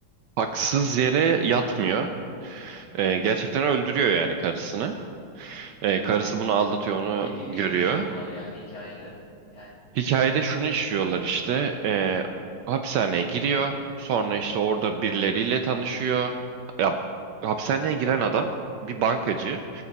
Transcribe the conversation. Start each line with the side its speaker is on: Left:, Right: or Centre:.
Right: haksız yere yatmıyor. Ee, gerçekten öldürüyor yani karısını. Ee, karısı bunu aldatıyor, onu
Left: E peki
Right: görüyor.
Left: neyi işliyorlar yani hikayede? Yani
Right: Hikayede şunu işliyorlar işte. ee, hapishaneye giriyor. Sonra işte orada birileriyle tanışıyor. Ya, hapishaneye giren adam bir bankacı.